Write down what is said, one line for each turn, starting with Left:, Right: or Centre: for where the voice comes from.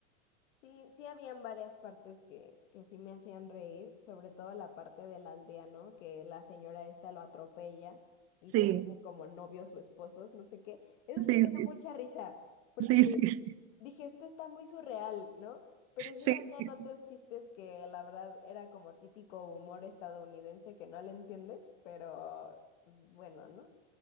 Left: Sí, sí habían varias partes que, que sí me hacían reír, sobre todo la parte del aldeano, que la señora esta lo atropella y
Right: Sí,
Left: se vuelven como novios o esposos, no sé qué. Eso
Right: sí,
Left: sí me dio
Right: sí,
Left: mucha risa, porque
Right: sí, sí, sí,
Left: dije, esto está muy surreal, ¿no? Pero sí
Right: sí,
Left: habían
Right: sí,
Left: otros chistes que la verdad era como típico humor estadounidense que no le entiendes, pero pues bueno, ¿no?